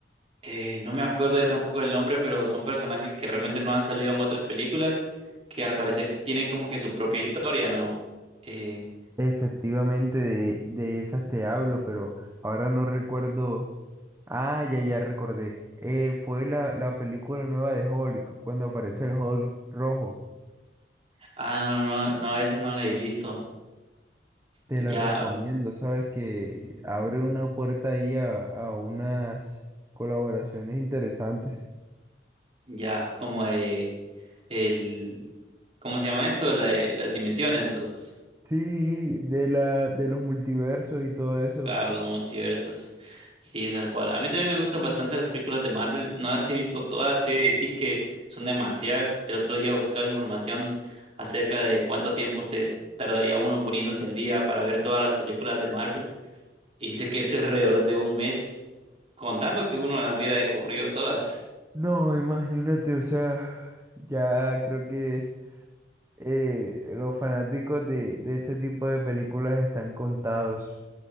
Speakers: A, on the right; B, on the right.
A: eh, no me acuerdo yo tampoco del nombre, pero son personajes que realmente no han salido en otras películas, que al parecer tienen como que su propia historia, ¿no? Eh,
B: Efectivamente, de, de esas te hablo, pero ahora no recuerdo. Ah, ya, ya recordé. Eh, fue la, la película nueva de Hulk, cuando aparece el Hulk rojo.
A: ah, no, no, no, esa no la he visto.
B: Te
A: Ya,
B: la recomiendo, sabes que abre una puerta ahí a, a unas colaboraciones interesantes.
A: ya, como de el ¿Cómo se llama esto? La- eh, las dimensiones, los,
B: Sí, de la, de los multiversos y todo eso.
A: claro, los multiversos. Sí, tal cual. A mí también me gustan bastante las películas de Marvel. No las he visto todas, he de decir que son demasiadas. El otro día buscaba información acerca de cuánto tiempo se tardaría uno poniéndose al día para ver todas las películas de Marvel. Y dice que es alrededor de un mes, contando que uno las viera de corrido todas.
B: No, imagínate, o sea, ya creo que eh, los fanáticos de, de ese tipo de películas están contados.